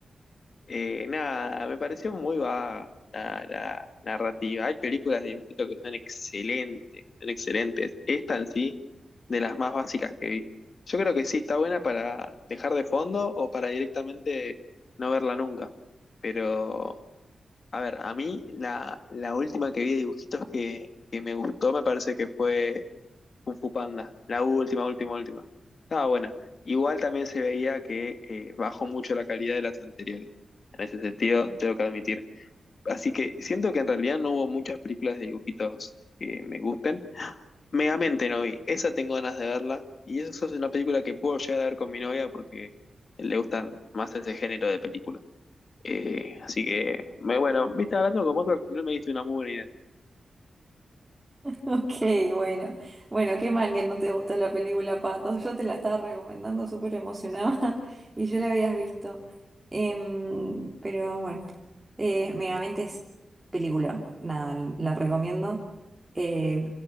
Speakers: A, on the left; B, on the right.
A: Eh, nada, me pareció muy vaga la, la narrativa. Hay películas de dibujito que son excelentes, que son excelentes. Esta en sí, de las más básicas que vi. Yo creo que sí, está buena para dejar de fondo o para directamente no verla nunca. Pero, a ver, a mí la, la última que vi de dibujitos que, que me gustó me parece que fue Kung Fu Panda, la última, última, última. Estaba buena. Igual también se veía que eh, bajó mucho la calidad de las anteriores. En ese sentido, tengo que admitir. Así que siento que en realidad no hubo muchas películas de dibujitos que me gusten. Megamente no vi. Esa tengo ganas de verla. Y esa es una película que puedo llegar a ver con mi novia porque le gustan más ese género de películas. Eh, así que, me, bueno, viste hablando con vos, al final me diste una buena idea.
B: Ok, bueno. Bueno, qué mal que no te gustó la película Patos. Yo te la estaba recomendando súper emocionada <laughs> y yo la habías visto. Em, pero bueno, eh, Megamente es peliculón. Nada, la recomiendo. Eh,